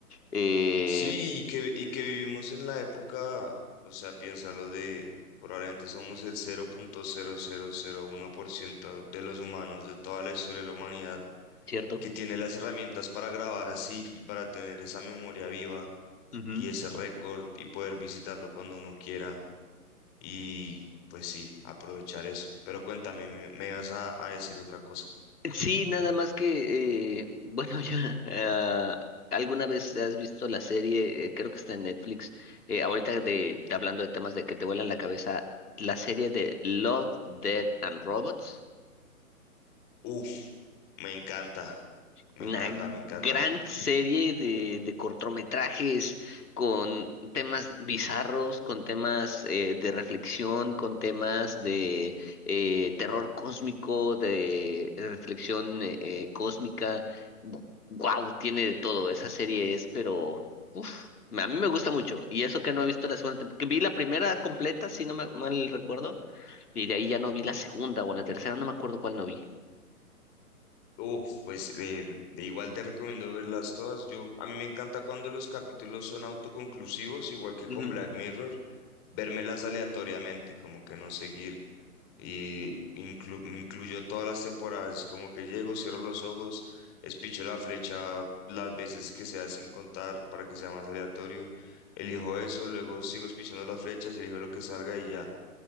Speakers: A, on the left; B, on the left.
A: Eh,
B: Sí, y que, y que vivimos en la época, o sea, piénsalo de, probablemente somos el 0.0001% de los humanos, de toda la historia de la humanidad,
A: ¿cierto?
B: que tiene las herramientas para grabar así y para tener esa memoria viva
A: Ujú.
B: y ese récord y poder visitarlo cuando uno quiera Y pues sí, aprovechar eso. Pero cuéntame, me, me vas a, a decir otra cosa.
A: Sí, nada más que, eh, bueno, <laughs> ya, ah, ¿alguna vez has visto la serie? Eh, creo que está en Netflix. eh, ahorita de, hablando de temas de que te vuelan la cabeza, la serie de Love, Dead and Robots.
B: Uf, me encanta, me
A: Una
B: encanta,
A: gran
B: me encanta.
A: serie de, de cortometrajes con temas bizarros, con temas eh, de reflexión, con temas de eh, terror cósmico, de reflexión eh, eh, cósmica. Wow, tiene de todo. Esa serie es, pero uf, me- a mí me gusta mucho. Y eso que no he visto la segunda temporada, que vi la primera completa, si no me mal recuerdo, y de ahí ya no vi la segunda o la tercera, no me acuerdo cuál no vi.
B: Uf, pues de, de igual te recomiendo verlas todas. Yo, a mí me encanta cuando los capítulos son autoconclusivos, igual que
A: Ujú,
B: con Black Mirror, vérmelas aleatoriamente, como que no seguir y inclu- me incluyó todas las temporadas, como que llego, cierro los ojos, espicho la flecha las veces que sea sin contar para que sea más aleatorio, elijo eso, luego sigo espichando las flechas, elijo lo que salga y ya.